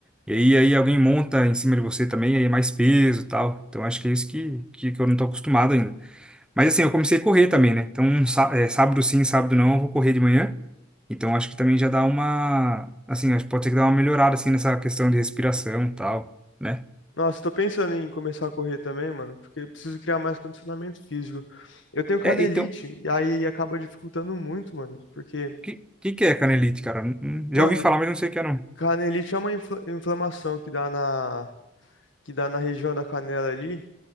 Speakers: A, in the centre; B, on the left.
A: E aí, aí alguém monta em cima de você também, aí é mais peso e tal. Então acho que é isso que, que, que eu não tô acostumado ainda. Mas assim, eu comecei a correr também, né? Então, sá- é, sábado sim, sábado não, eu vou correr de manhã. Então, acho que também já dá uma, assim, acho que pode ser que dá uma melhorada, assim, nessa questão de respiração e tal, né?
B: Nossa, tô pensando em começar a correr também, mano, porque eu preciso criar mais condicionamento físico. Eu tenho canelite,
A: É, então, o
B: e aí acaba dificultando muito, mano, porque,
A: que, que que é canelite, cara? Hum, hum,
B: mano,
A: Já ouvi falar, mas não sei o que é, não.
B: canelite é uma infla- inflamação que dá na, que dá na região da canela ali,